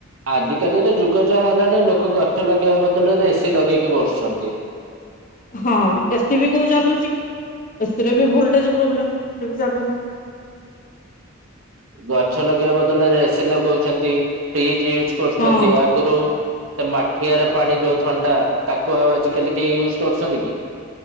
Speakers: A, on the right; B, on the left.
A: ଆଜିକାଲିରେ ଯୁଗ ଯାହା ହେଲାଣି ଲୋକ ଗଛ ଲଗେଇବା ବଦଳରେ ଏସି ଲଗେଇକି ବସୁଛନ୍ତି।
B: ହଁ ଏସିି ବି କୋଉ ଚାଲୁଚି। ଏସିରେ ବି ଭୋଲଟେଜେ ପ୍ରୋବ୍ଲେମ୍ ସେ ବି ଚାଲୁନି।
A: ଗଛ ଲଗେଇବା ବଦଳରେ ଏସି ଲଗଉଛନ୍ତି ଫ୍ରିଜ ୟୁଜ୍ କରୁଛନ୍ତି
B: ହଁ
A: ଆଗରୁ ସେ ମାଠିଆର ପାଣି ଯୋଉ ଥଣ୍ଡା ତାକୁ ଆଉ ଆଜିିକାଲି କେହି ୟୁଜ୍ କରୁଛନ୍ତି କି?